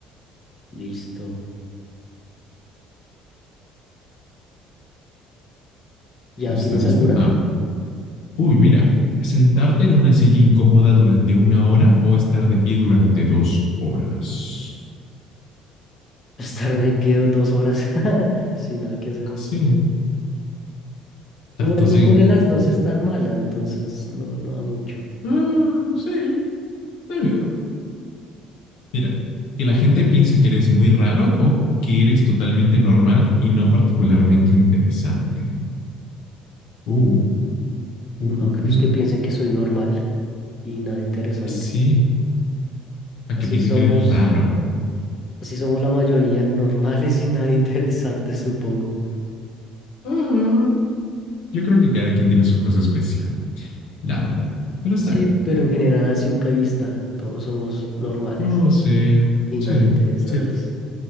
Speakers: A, on the left; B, on the left.
A: listo. ¿Ya
B: ¿Listo,
A: tienes
B: listo?
A: alguna?
B: Ah. Uy, mira. Sentarte en una silla incómoda durante una hora o estar de pie durante dos horas.
A: <laughs> Estar de pie dos horas <laughs> sin nada que hacer.
B: Ah, Sí, tanto
A: Igual
B: sí.
A: ninguna de las dos es tan mala, entonces no, no da mucho.
B: Ah, sí, está bien. Mira, que la gente piense que eres muy raro o que eres totalmente normal y no particularmente interesante. Uh, uh,
A: No,
B: uh,
A: que- pues
B: uh.
A: que piensen que soy normal y nada interesante.
B: Sí, a
A: Así
B: que piense
A: somos,
B: que eres raro.
A: así somos la mayoría, <laughs> normales y nada interesantes, supongo.
B: Ah, yo creo que cada quien tiene sus cosas especial. la verdad. Pero está
A: Sí,
B: bien.
A: pero en general a simple vista todos somos normales
B: Oh, sí,
A: y
B: sí.
A: nada interesantes.
B: Cierto.